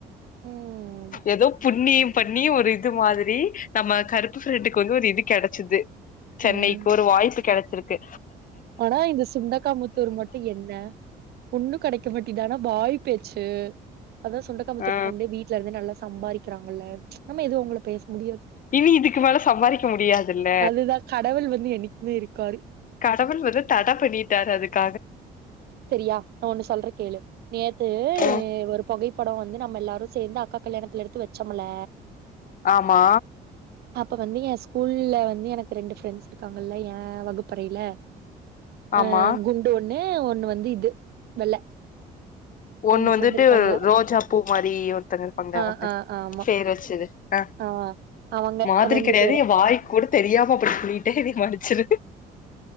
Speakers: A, on the right; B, on the left.
A: ம்
B: ஏதோ புண்ணியம் பண்ணி ஒரு இது மாரி நம்ம கருப்பு ஃப்ரெண்டுக்கு வந்து ஒரு இது கெடைச்சிது சென்னைக்கு
A: ம்
B: ஒரு வாய்ப்பு கெடைச்சிருக்கு
A: ஆனா இந்த சுண்டக்காமுத்தூர் மட்டு என்ன ஒண்ணு கெடைக்க மாட்டிது ஆனா வாய் பேச்சு அதா சுண்டக்காமுத்தூர்
B: ஆ
A: ஃப்ரெண்டு வீட்ல இருந்தே நல்லா சம்பாரிக்கறாங்கல்ல நம்ம எதுவு அவங்கள பேச முடியாது
B: இனி இதுக்கு மேல சம்பாரிக்க முடியாதுல்ல
A: அதுதா கடவுள் வந்து என்னைக்குமே இருக்காரு
B: கா லெவ வந்து தடை பண்ணிட்டரு அதுக்க
A: சரியா நா ஒண்ணு சொல்ற கேளு நேத்து
B: ம்
A: ஒரு புகைப்படம் வந்து நம்ம எல்லாரு சேந்து அக்கா கல்யாணத்துல எடுத்து வெச்சொம்ல
B: ஆமா
A: அப்ப வந்து ஏ ஸ்கூல்ல வந்து எனக்கு ரெண்டு ஃப்ரெண்ட்ஸ் இருக்காங்கல்ல ஏ வகுப்பறையில அ
B: ஆமா
A: குண்டு ஒண்ணு ஒண்ணு வந்து இது வெள்ள
B: ஒண்ணு
A: ரெண்டு ஃப்ரெண்ட்
B: வந்துட்டு
A: இருக்காங்கள
B: ரோஜா பூ மாரி ஒருத்தங்க இருப்பாங்க
A: ஆ
B: அவங்க
A: ஆ ஆமா
B: பேர் வெச்சுது அ
A: ஆ அவங்க
B: மாதிரி
A: ரெண்டு
B: கெடையாது
A: பேரு
B: ஏ வாய்க் கூட தெரியாம அப்டின்னு சொல்லி மன்னிச்சிரு